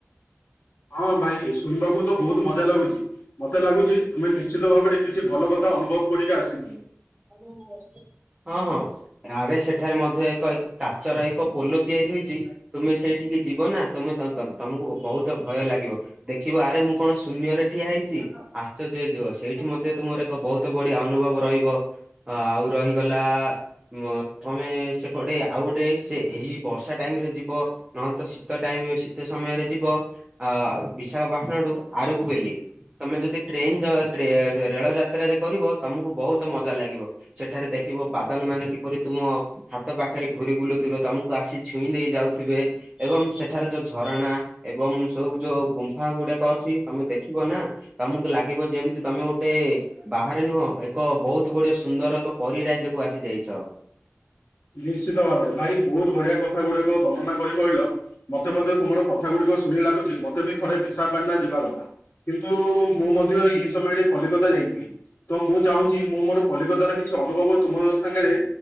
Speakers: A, on the left (about 70°); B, on the right (about 15°).
A: ହଁ ଭାଇ ଶୁଣିବାକୁ ତ ବହୁତ୍ ମଜା ଲାଗୁଛି ମତେ ଲାଗୁଛି ତୁମେ ନିଶ୍ଚିତ ଭାବରେ କିଛି ଭଲ କଥା ଅନୁଭବ୍ କରିକି ଆସିଥିଲେ।
B: <unintelligible> ହଁ ହଁ। ରାବେ ସେଠାରେ ମଧ୍ୟ ଏକ ଏକ୍ କାଚର ଏକ ପୋଲ ତିଆରି ହୋଇଛି ତୁମେ ସେଇଠିକି ଯିବ ନା ତମେ ତଁଦବ୍ ତମୁକୁ ବ ବହୁତ ଭୟ ଲାଗିବ। ଦେଖିବୁ ଆଡ଼େ ମୁଁ କଣ ଶୂନ୍ୟରେ ଠିଆ ହେଇଛି। ଆଶ୍ଚର୍ଯ୍ୟ ହେଇଯିବ ସେଇଠି ମଧ୍ୟ ତୁମର ଏକ ବହୁତ ବଢିଆ ଅନୁଭବ ରହିବ। ହଁ ଆଉ ରହିଗଲା ମଥମେ ସେପଟେ ଆଉ ଗୋଟେ ସେ ଏଇ ବର୍ଷା ଟାଇମ୍ ରେ ଯିବ ନହେଲେ ତ ଶୀତ ଟାଇମ୍ ଶୀତ ସମୟରେ ଯିବ ଅ ବିଶାଖା ପାଟଣାଠୁ ଆଡୁକୁ ବେଲି ତମେ ଯଦି ଟ୍ରେନ ସ ରେଳ ଯାତ୍ରାରେ କରିବ ତମକୁ ବହୁତ ମ ମଜା ଲାଗିବ ସେଠାରେ ଦେଖିବ ବାଦଲ ମାନେ କିପରି ତୁମ ହାତ ପାଖରେ ଘୁରି ବୁଲୁଥିବେ ତମକୁ ଆସି ଛୁଇଁ ଦେଇ ଯାଉଥିବେ ଏବଂ ସେଠାରେ ଯୋଉ ଝରଣା ଏବଂ ସୋଉ ଯୋଉ ଗୁମ୍ଫା ଗୁଡାକ ଅଛି ତମେ ଦେଖିବ ନା ତମକୁ ଲାଗିବ ଯେମିତି ତମେ ଗୋଟେ ବାହାରେ ନୁହଁ ଏକ ବହୁତ ଏତେ ବଡ ସୁନ୍ଦର ଏକ ପରିରାଇଜକୁୁ ଆସି ଯାଇଛ।
A: ନିଶ୍ଚିତ ଭାବରେ ଭାଇ ବହୁତ ବଢିଆ କଥା ଗୁଡିକ ବର୍ଣ୍ଣନା କରି କହିଲ‌। ମତେ ମଧ୍ୟ ତୁମର କଥା ଗୁଡ଼ିକ ଶୁଣିି ଲାଗୁଛି‌ ମ ତେବେ ଥରେ ବିଶାଖପାଣ୍ଡା ଯିବା କଥା କିନ୍ତୁ ମୁଁ ମଧ୍ୟ ଏହି ସମୟରେ କଲିକତା ଯାଇଥିଲି। ତ ମୁଁ ଚାହୁଁଛି ମୁଁ ମୋର କଲିକତାର କିଛି ଅନୁଭବ ତୁମ ସାଙ୍ଗରେ